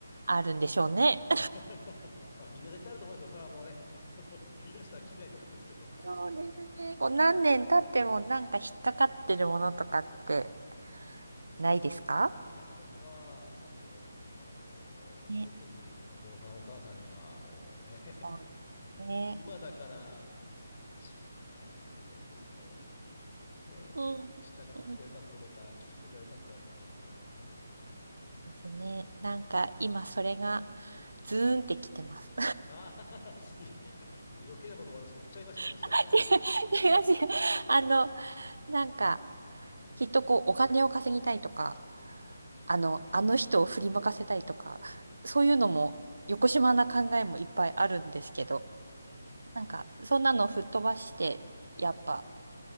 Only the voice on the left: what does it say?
<laughs> まあ、みんな絶対あると思いますよ。それはもうね、<laughs> あの、言い出したらきりないと思うんですけど。<laughs>
いや、もうそれはありますよ。あの
ー特にお父さんお母さんにはもうね
今だから、ああ、しまった、あの時もっと素直に、ね、
従っときゃよかったとか、
聞いときゃよかったとかっていうのはありますわね。
ああ、<laughs> い余計なことを私言っちゃいましたね、もしかしたら。
はい。
うん。
ほう。
うん。